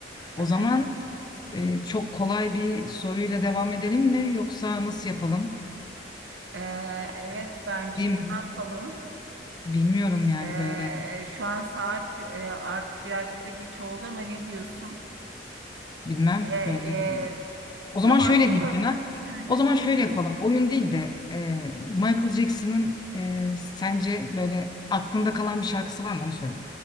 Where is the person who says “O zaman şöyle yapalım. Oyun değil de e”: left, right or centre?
Left